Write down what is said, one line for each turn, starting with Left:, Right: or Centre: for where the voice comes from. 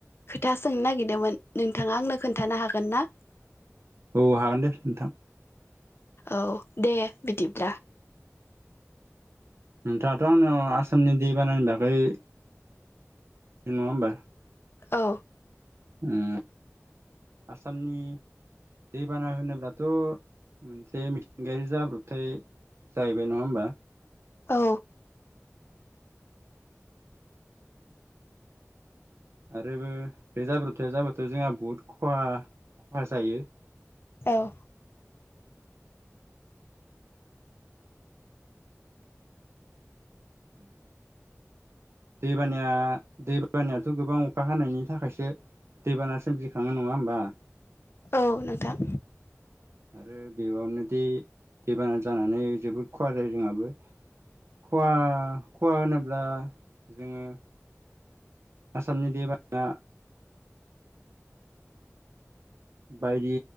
Left: खोथा सोंनो नागिरदोंमोन नोंथाङा आंनो खोन्थानो हागोन ना?
Right: औ हागोन दे नोंथां।
Left: औ दे बिदिब्ला।
Right: नोंथाङाथ' आंनाव आसामनि दैबानानि बागै नङा ओमबा?
Left: औ
Right: उम आसामनि दैबाना होनोब्लाथ' मोनसे मिथिंगायारि जाब्रबथाय जाहैबाय नङा होमबा?
Left: औ
Right: आरो बे जाब्रबथाया जाबाथ' जोंहा बहुद खहा खहा जायो।
Left: औ
Right: दैबानाया दैबानायाथ' गोबां अ खा हानायनि थाखायसो दैबाना सोमजिखाङो नङा होमबा?
Left: औ नोंथां
Right: आरो बेयावनो बिदि दैबाना जानानै जोबोद खहा जायो जोंहाबो खहा खहा होनोब्ला जोङो आसामनि दैबानाया बायदि